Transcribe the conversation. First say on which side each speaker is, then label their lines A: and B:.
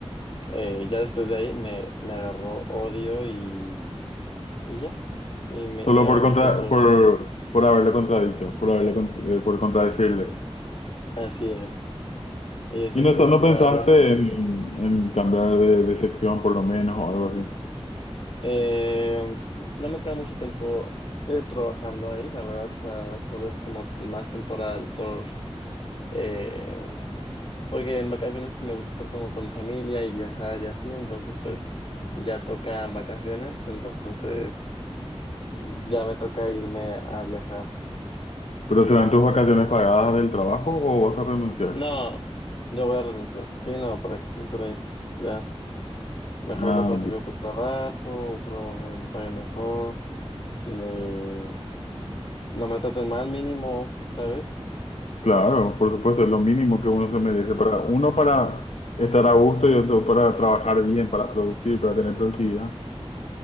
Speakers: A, on the left (about 55°); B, on the left (about 80°).
A: eh, ya después de ahí me, me agarró odio y, y ya, y me,
B: Solo
A: me odia
B: por contra,
A: junto,
B: por, por haberle contradicho, por haberle con- eh, por contradecirle.
A: así es. Y eso
B: Y no,
A: es, uh,
B: no
A: la
B: pensaste
A: verdad,
B: en, en cambiar de, de sección por lo menos o algo así.
A: Eh, no me queda mucho tiempo eh, trabajando ahí, la verdad, o sea, solo es como más temporal por, eh, porque en vacaciones me gusta estar como con mi familia y viajar y así, entonces pues ya tocan vacaciones, entonces ya me toca irme a viajar.
B: ¿Pero serán tus vacaciones pagadas del trabajo o vas a renunciar?
A: No, yo voy a renunciar, sí, no, ¿para qué quiero estar ahí? Ya, mejor
B: Ah,
A: me consigo otro trabajo, otro donde me paguen mejor, donde no me traten mal mínimo, ¿sabes?
B: claro, por supuesto, es lo mínimo que uno se merece para uno para estar a gusto y otro para trabajar bien, para producir, para tener productividad.